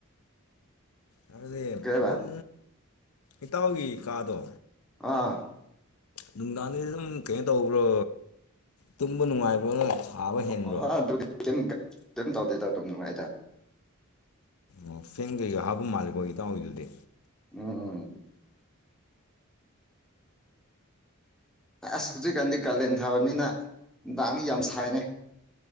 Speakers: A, on the left; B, in the centre.
A: ꯍꯥꯏꯕꯗꯤ
B: ꯀꯩꯍꯕ
A: ꯑꯗꯨꯝ ꯏꯇꯥꯎꯒꯤ ꯀꯥꯗꯣ
B: ꯑꯥ
A: ꯅꯨꯡꯗꯥꯡꯒꯤꯗꯤ ꯑꯗꯨꯝ ꯀꯩꯅꯣ ꯇꯧꯕ꯭ꯔꯣ ꯇꯨꯝꯕ ꯅꯨꯡꯉꯥꯏꯕ꯭ꯔꯣ ꯁꯥꯕ ꯍꯦꯟꯕ꯭ꯔꯣ
B: ꯑꯣ ꯑ ꯑꯗꯨꯗꯤ ꯀꯝ ꯇꯧꯗꯦꯗ ꯑꯗꯨꯝ ꯅꯨꯡꯉꯥꯏꯗ
A: ꯑꯣ ꯐꯦꯟ ꯀꯩꯀ ꯍꯥꯞꯄ ꯃꯥꯜꯂꯤꯦꯀꯣ ꯏꯇꯥꯎ ꯑꯣꯏꯗꯨꯗꯤ
B: ꯎꯝ ꯎꯝ ꯑꯁ ꯍꯧꯖꯤꯛꯀꯥꯟꯗꯤ ꯀꯥꯂꯦꯟ ꯊꯥꯑꯣꯏꯕꯅꯤꯅ ꯅꯨꯡꯗꯥꯡꯗꯤ ꯌꯥꯝ ꯁꯥꯏꯅꯦ